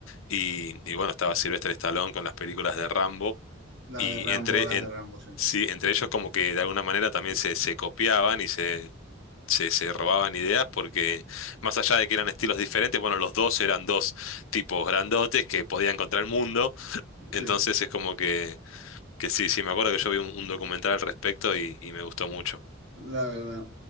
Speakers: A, on the left; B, on the right.
A: Y, y bueno, estaba Sylvester Stallone con las películas de Rambo.
B: la
A: Y
B: de Rambo,
A: entre,
B: la
A: en-
B: de Rambo, sí.
A: sí, entre ellos como que de alguna manera también se, se copiaban y se, se, se robaban ideas porque más allá de que eran estilos diferentes, bueno, los dos eran dos tipos grandotes que podían contra el mundo. Entonces
B: Sí,
A: es como que, que sí, sí, me acuerdo que yo vi un, un documental al respecto y y me gustó mucho.
B: la verdad.